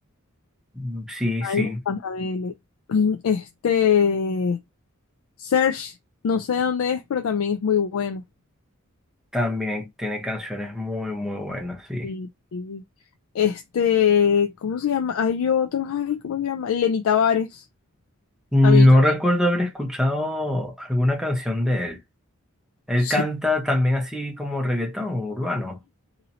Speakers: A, in the centre; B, on the left.
A: Mm, Sí,
B: Ay,
A: sí.
B: me encanta BL. <clears throat> Este, Search, no sé dónde es, pero también es muy bueno.
A: También tiene canciones muy, muy buenas, sí.
B: Y, y, este, ¿cómo se llama? Hay otros, ay, ¿cómo se llama? Lenny Tavares.
A: No
B: A mí también.
A: recuerdo haber escuchado alguna canción de él. Él
B: Sí.
A: canta también así como reggaetón, urbano.